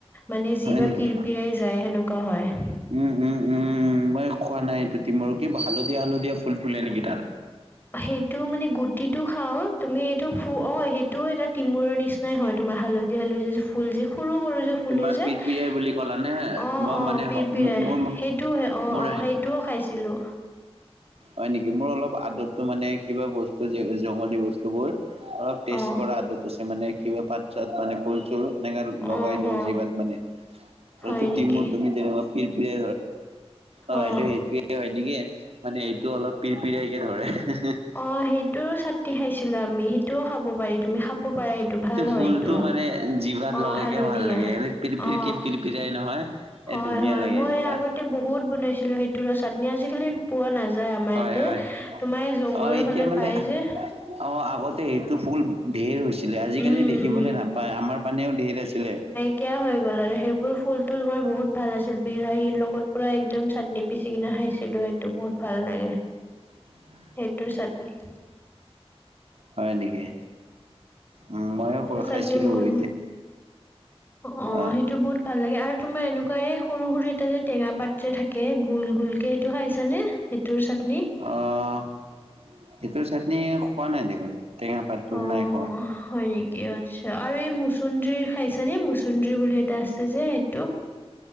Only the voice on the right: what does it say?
হয় নেকি?
উম উম উম উম। খোৱা নাই তিমল কি হালধীয়া হালধীয়া ফুল ফুলে নেকি তাৰ?
তোমাৰ
পিৰপিৰাই
বুলি ক'লা নে? মই
মানে
মোৰ
মোৰ
হয় নেকি, মোৰ অলপ আদতটো মানে কিবা বস্তু জংঘলী বস্তু বোৰ। অলপ টেষ্ট
কৰা <unintelligible> মানে কিবা পাত ছাত মানে ফুল চুল তেনেকাে লগাই
লও
জিভাত মানে <unintelligible>
তুমি যেনেকুৱা। অ',
সেইটোৱে হয় নেকি <unintelligible> মানে এইটো অলপ পিৰিপিৰিইকে ধৰে।
ফুলটো
মানে জিভাত
লগাইকে
ভাল লাগে এনে পিৰ পিৰ
কে পিৰপিৰাই নহয়।
এ ধুনীয়া
লাগে
এনেকুৱা
হয়
হয়
অ এতিয়া
মানে
অ', আগতে সেইটো ফুল। ঢেৰ হৈছিলে, আজিকালি
দেখিবলৈ
নাপায় আমাৰ পানেও ঢেৰ আছিলে।
উ <unintelligible> <inaudible>
হয় নেকি, উম ময়ো
খাইছিলো
এতিয়া।
আহ
অ', সেইটোৰ চাটনি খোৱা নাই দেখোন। টেঙা পাতটো
নাই খোৱা